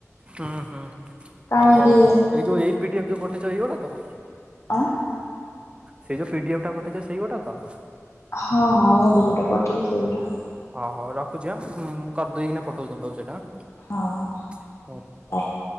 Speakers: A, on the right; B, on the left.
A: ହୁଁ ହୁଁ
B: କାହିଁକି
A: ହଉ ହଉ ଏଇ ଯୋଉ ଏଇ ପିଡିଏଫ ଯୋଉ ପଠେଇଛ ଏଇଗୋଟା ତ।
B: ଆଁ।
A: ସେଇ ଯୋଉ ପିଡିଏଫ ଟା ପଠେଇଛ ସେଇ ଗୋଟା ତ।
B: ହଁ ହଁ ମୁଁ ଏବେ ଯୋଉଟା ପଠେଇଚି ସେଇଗୁଟାକ।
A: ଅ ହଉ ରଖୁଛି ଆଁ ମୁଁ କରିଦେଇ କିନା ପଠଉଚି ତମ ପାଖକୁ ସେଇଟା।
B: ହଁ ହଉ
A: ଆଁ।
B: ବାଏ।